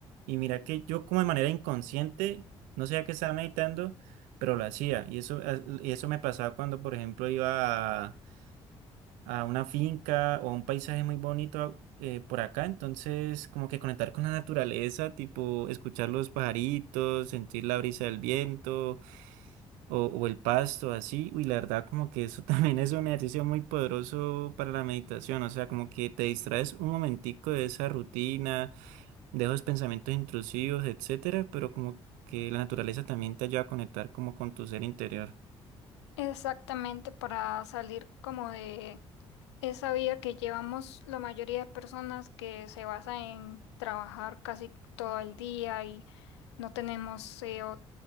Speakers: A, on the right (about 65°); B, on the left (about 75°).
A: y mira que yo como de manera inconsciente, no sabía que estaba meditando, pero lo hacía. Y eso, ah, y eso me pasaba cuando, por ejemplo, iba a a una finca o a un paisaje muy bonito eh, por acá, entonces como que conectar con la naturaleza, tipo escuchar los pajaritos, sentir la brisa del viento o, o el pasto, así, uy, la verdad como que eso <laughs> también es un ejercicio muy poderoso para la meditación, o sea, como que te distraes un momentico de esa rutina, de esos pensamientos intrusivos, etcétera, pero como que la naturaleza también te ayuda a conectar como con tu ser interior.
B: Exactamente para salir como de esa vida que llevamos la mayoría de personas que se basa en trabajar casi todo el día y no tenemos eh, o-